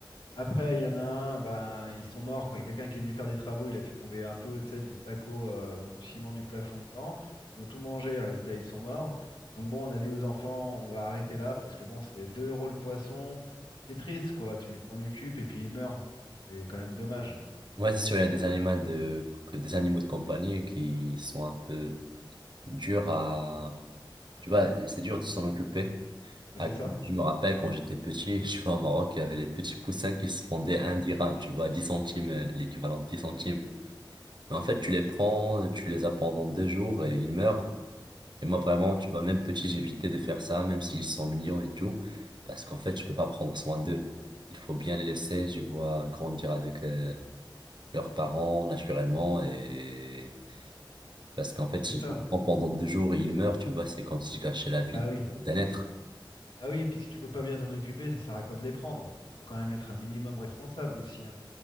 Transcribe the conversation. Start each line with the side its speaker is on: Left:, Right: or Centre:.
Left: Après, il y en a un, ben, ils sont morts. Quand il y a quelqu'un qui est venu faire des travaux, il a fait tomber un peu, tu sais, du placo euh, ou du ciment du plafond dedans. Ils ont tout mangé, résultat, ils sont morts. Donc bon, on a dit aux enfants, on va arrêter là parce que bon, c'est 2 euros le poisson. Puis c'est triste, quoi. Tu t'en occupes et puis il meurt. Donc, C'est quand même dommage.
Right: Ouais, c'est sûr, il y a des animaux de, que- des animaux de compagnie qui sont un peu durs à, tu vois, c'est dur de s'en occuper.
Left: Bah,
Right: Par
Left: c'est
Right: exemple,
Left: ça.
Right: je me rappelle quand j'étais petit, <laughs> je vois au Maroc, il y avait les petits poussins qui se vendaient à un dirham, tu vois, 10 centimes, euh, l'équivalent de 10 centimes. Mais en fait, tu les prends, tu les as pendant deux jours et ils meurent. Et moi, vraiment, tu vois, même petit, j'évitais de faire ça, même s'ils sont mignons et tout, parce qu'en fait, je peux pas prendre soin d'eux. Il faut bien les laisser, je vois, grandir avec, euh, leurs parents naturellement et parce qu'en fait
Left: C'est
Right: si
Left: ça.
Right: je le prends pendant deux jours et il meurt tu vois c'est comme si je gâchais la vie
Left: Bah
Right: de-
Left: oui.
Right: d'un être
Left: Bah oui, puis si tu peux pas bien t'en occuper, ça sert à quoi de les prendre? Il faut quand même être un minimum responsable aussi, hein.